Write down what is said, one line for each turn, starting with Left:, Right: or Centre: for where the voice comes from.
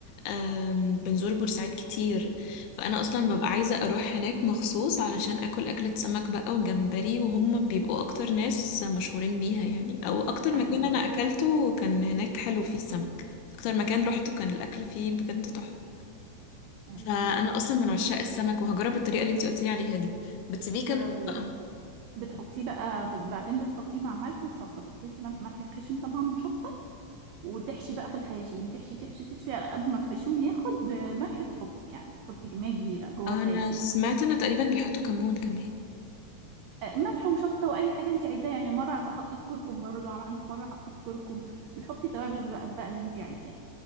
Left: آم، بنزور بورسعيد كتير فانا اصلا
Right: ايوه
Left: ببقى عايزه اروح هناك مخصوص علشان اكل اكله سمك بقى وجمبري وهم بيبقوا اكتر ناس مشهورين بيها يعني او اكتر
Right: ايوه
Left: مكان انا اكلته كان هناك حلو فيه السمك اكتر مكان روحته كان الاكل فيه بجد تحفه
Right: ايوه
Left: فانا اصلا من عشاق السمك وهجرب الطريقه اللي انتي قلتيلي عليها دي بتسيبيه كمان
Right: جربي
Left: بقى
Right: بتحطيه بقى بت- بعدين بتحطيه مع ملح وشطه تخلطي ملح ملح خشن طبعا وشطه وتحشي بقى في الخياشيم تحشي تحشي تحشي على قد ما الخيشوم ياخد آه، ملح تحطي يعني تحطي كميه كبيره جوه
Left: انا
Right: الخياشيم
Left: سمعت انه تقريبا بيحطوا كمون كمان
Right: آه، ملح وشطه واي حاجه انت عايزاها يعني مره حطيت كركم برضو عملت مره حطيت كركم بتحطي التوابل بقى بقى اللي انت عايزاها